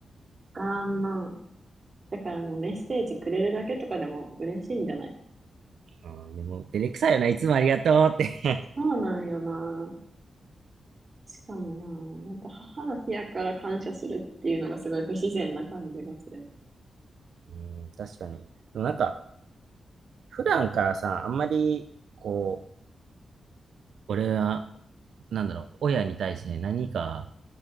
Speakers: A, on the right; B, on the right.
A: あんな。だからもうメッセージくれるだけとかでも嬉しいんじゃない
B: うん、でも、照れくさいよな、いつもありがとうって
A: そうなんよな。しかもな、なんか母の日やから感謝するっていうのがすごい不自然な感じがする。
B: <laughs> うん、確かに。でもなんか、普段からさ、あんまり、こう、俺はなんだろう、親に対して何か